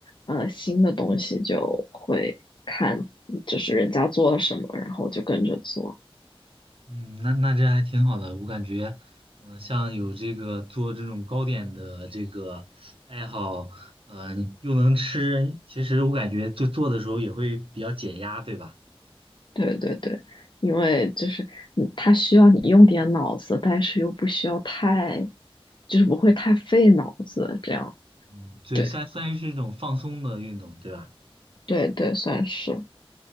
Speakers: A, on the left; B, on the right.
A: 呃，新的东西，就会看就是人家做了什么，然后就跟着做。
B: 嗯，那那这还挺好的，我感觉，嗯、像有这个做这种糕点的这个爱好，嗯、又能吃，其实我感觉就做的时候也会比较解压，对吧？
A: 对对对，因为就是你，它需要你用点脑子，但是又不需要太，就是不会太费脑子，这样。
B: 嗯，对，
A: 对
B: 算算是一种放松的运动，对吧？
A: 对对，算是，